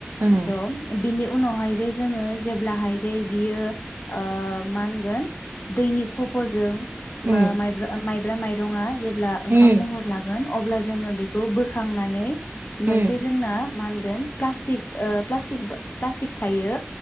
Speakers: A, on the right; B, on the left.
A: उम
B: दं बिनि उनावहाय जे जोङो जेब्लाहाय जे ओ बियो मा होनगोन दैनि खफ'जों
A: उम
B: मो माइब्रा माइब्रा माइरंआ जेब्ला ओंखाम
A: उम
B: महर लागोन अब्ला जोंङो बेखौ बोखांनानै मोनसे
A: उम
B: जोंना मा गोन प्लास्टिक ओ प्लास्टिक बा। प्लास्टिक थायो